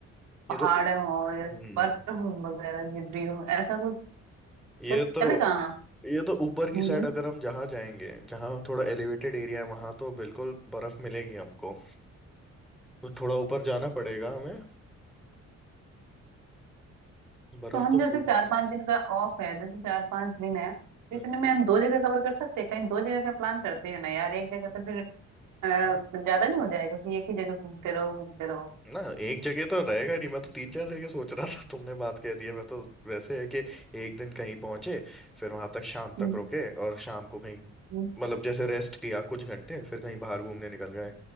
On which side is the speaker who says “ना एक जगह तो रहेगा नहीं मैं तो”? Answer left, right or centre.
Centre